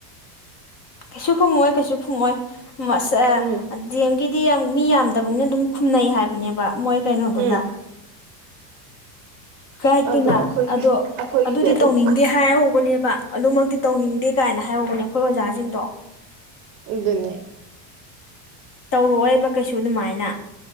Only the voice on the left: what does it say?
ꯀꯩꯁꯨ ꯈꯨꯝꯃꯛꯑꯣꯏ ꯀꯩꯁꯨ ꯈꯨꯝꯃꯛꯑꯣꯏ ꯎꯝ ꯑꯁ
ꯑ ꯗꯤ ꯑꯦꯝꯒꯤꯗꯤ ꯌꯥꯝ ꯃꯤ ꯌꯥꯝꯗꯕꯅꯤꯅ ꯑꯗꯨꯝ ꯈꯨꯝꯅꯩ ꯍꯥꯏꯕꯅꯦꯕ ꯃꯣꯏ ꯀꯩꯅꯣꯗꯨꯅ
ꯥꯒꯥꯏꯠꯇꯨꯅ
ꯑꯗꯣ
ꯑꯗꯨꯗꯤ
ꯇꯧꯅꯤꯡꯗꯦ ꯍꯥꯏꯍꯧꯕꯅꯦꯕ ꯑꯗꯨꯃꯛꯇꯤ ꯇꯧꯅꯤꯡꯗꯦ ꯀꯥꯏꯅ ꯍꯥꯏꯍꯧꯕꯅꯦ ꯑꯩꯈꯣꯏ ꯑꯣꯖꯥꯁꯤꯡꯗꯣ
ꯇꯧꯔꯛꯑꯣꯏꯕ ꯀꯩꯁꯨ ꯑꯗꯨꯃꯥꯏꯅ